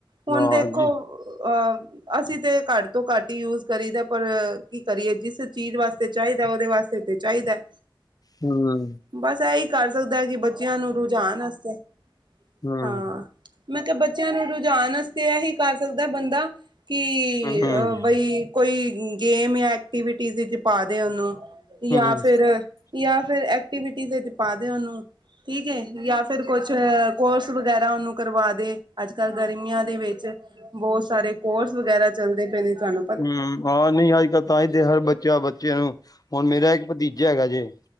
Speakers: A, on the right (about 65°); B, on the left (about 50°).
A: ਹੁਣ
B: ਹਾਂਜੀ
A: ਦੇਖੋ ਅਹ ਅਸੀਂ ਤੇ ਘੱਟ ਤੋਂ ਘੱਟ ਈ ਯੂਜ ਕਰੀ ਦਾ। ਪਰ ਕੀ ਕਰੀਏ ਜਿਸ ਚੀਜ਼ ਵਾਸਤੇ ਚਾਈਦਾ ਓਦੇ ਵਾਸਤੇ- ਤੇ ਚਾਈਦਾ।
B: ਹੂੰ ਅ
A: ਬਸ ਐਈ ਕਰ ਸਕਦਾ ਐ ਕੀ ਬੱਚਿਆਂ ਨੂੰ ਰੁਝਾਨ ਅਸਤੇ।
B: ਹੂੰ
A: ਹਾਂ, ਮੈਂ ਕਿਆ ਬੱਚਿਆਂ ਨੂੰ ਰੁਝਾਨ ਅਸ ਤੇ ਏਹੀ ਕਰ ਸਕਦਾ ਬੰਦਾ ਕਿ
B: ਹੂੰ ਹੂੰ
A: ਅ ਬਈ ਕੋਈ ਗੇਮ ਯਾਂ ਐਕਟੀਵਿਟੀਜ਼ ਵਿੱਚ ਪਾਦੇ ਉਹਨੂੰ ਯਾਂ
B: ਹੂੰ
A: ਫਿਰ ਯਾਂ ਫਿਰ ਐਕਟੀਵਿਟੀ ਵਿੱਚ ਪਾਦੇ ਉਹਨੂੰ ਠੀਕ ਏ, ਯਾਂ ਫਿਰ ਕੁਛ ਕੋਰਸ ਵ ਵਗੈਰਾ ਉਹਨੂੰ ਕਰਵਾ ਦੇ ਅੱਜ -ਕੱਲ੍ਹ ਗਰਮੀਆਂ ਦੇ ਵਿੱਚ, ਬਹੁਤ ਸਾਰੇ ਕੋਰਸ ਵਗੈਰਾ ਚੱਲਦੇ ਪਏ ਨੇ ਤਾਨੂੰ
B: ਹਮ, ਹਾਂ ਨਹੀਂ ਅੱਜ ਕੱਲ ਤਾਂਹੀ ਤੇ ਹਰ ਬੱਚਾ ਬੱਚਿਆਂ ਨੂੰ, ਹੁਣ ਮੇਰਾ ਇੱਕ ਭਤੀਜਾ ਹੈਗਾ ਜੇ,